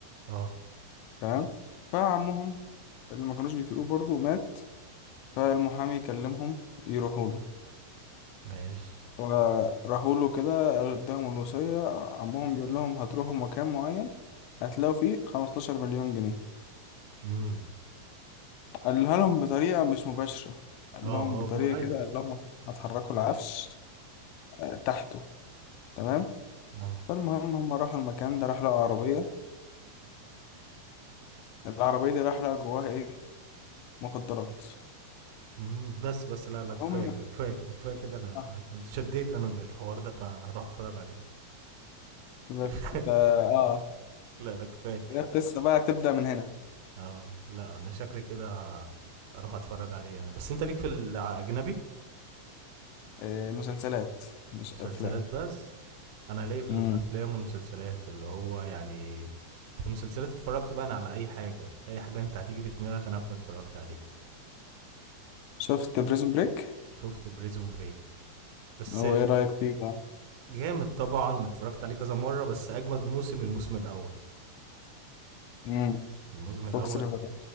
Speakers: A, on the right; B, on the left.
A: اه
B: تمام فعمهم اللي ما كانوش بيطيقوه برضه مات فالمحامي كلمهم يروحوا له
A: ماشي
B: فراحوا له كده اداهم الوصية عمهم بيقول لهم هتروحوا مكان معين هتلاقوا فيه 15 مليون جنيه
A: امم
B: قالها لهم بطريقة مش مباشرة قال
A: اه
B: لهم بطريقة
A: اه ما ايوه
B: كده قال لهم هتحركوا العفش آه، تحته تمام
A: اه
B: فالمهم هم راحوا المكان ده راح لقوا عربية العربية دي راح لقى جواها إيه مخدرات
A: امم بس بس لا لا كفايه
B: هم
A: كده كفايه كده كفايه كده انا
B: آه.
A: شديت انا للحوار ده فهروح اتفرج عليه <laughs>
B: بس
A: كفايه
B: ف- آه
A: لا لا كفايه
B: هي القصة بقى تبدأ من هنا
A: اه لا انا شكلي كده هروح اتفرج عليه انا بس انت ليك في الاجنبي
B: إيه مسلسلات مش
A: مسلسلات
B: أفلام
A: بس انا ليا في
B: مم.
A: الافلام والمسلسلات اللي هو يعني في المسلسلات اتفرجت بقى انا على اي حاجه اي حاجه انت هتيجي في دماغك انا هكون اتفرجت عليها
B: شفت بريزون بريك
A: شفت بريزون بريك بس
B: هو
A: ال-
B: إيه رأيك فيه بقى
A: جامد طبعا اتفرجت عليه كذا مره بس اجمد موسم الموسم الاول
B: مم.
A: الموسم
B: فوكس
A: الاول
B: ريفر